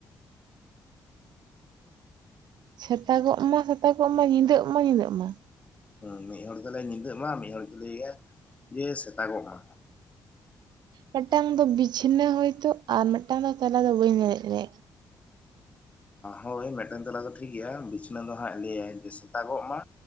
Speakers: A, on the right (about 75°); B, on the left (about 20°).
A: ᱥᱮᱛᱟᱜᱚᱜ ᱢᱟ ᱥᱮᱛᱟᱜᱚᱜ ᱢᱟ ᱧᱤᱫᱟᱹᱜ ᱢᱟ ᱧᱤᱫᱟᱹᱜ ᱢᱟ
B: ᱦᱮᱸ ᱢᱤᱫ ᱦᱚᱲ ᱫᱚ ᱞᱟᱹᱭᱟ ᱧᱤᱫᱟᱹᱜ ᱢᱟ ᱢᱤᱫ ᱦᱚᱲ ᱫᱚ ᱞᱟᱹᱭᱟ ᱡᱮ ᱥᱮᱛᱟᱜᱚᱜ ᱢᱟ
A: ᱢᱤᱫᱴᱟᱝ ᱫᱚ ᱵᱤᱪᱷᱱᱟᱹ ᱦᱳᱭᱛᱚ ᱟᱨ ᱢᱤᱫᱴᱟᱝ ᱫᱚ ᱛᱟᱦᱞᱮ ᱫᱚ ᱵᱟᱹᱧ ᱞᱟᱹᱭ ᱫᱟᱲᱮᱭᱟᱜᱼᱟ
B: ᱦᱳᱭ ᱢᱮᱫᱴᱮᱱ ᱛᱮᱞᱟ ᱫᱚ ᱴᱷᱤᱠ ᱜᱮᱭᱟ ᱵᱤᱪᱷᱱᱟᱹ ᱫᱚ ᱦᱟᱸᱜ ᱞᱟᱹᱭᱟ ᱥᱮᱛᱟᱜᱚᱜ ᱢᱟ